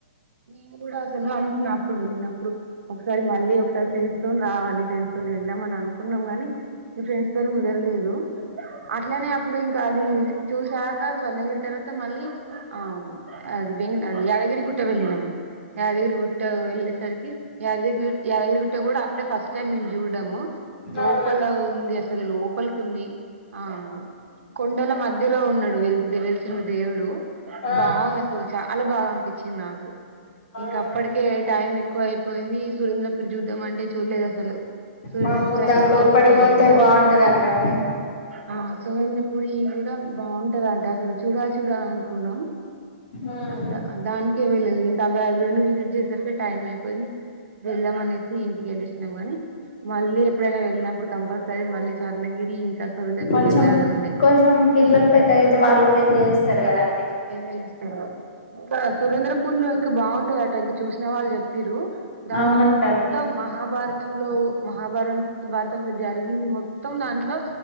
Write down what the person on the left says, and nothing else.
అవునా
ఆ
అవును
వామ్మో
దాని లోపడి
పోతే
బాగుంటదండండి
ఉమ్
కొంచెం
కొంచెం పిల్లలు పెద్ద అయితే వాళ్ళు కూడా ఏం చేస్ వస్తారు గదారు
అవునంటండి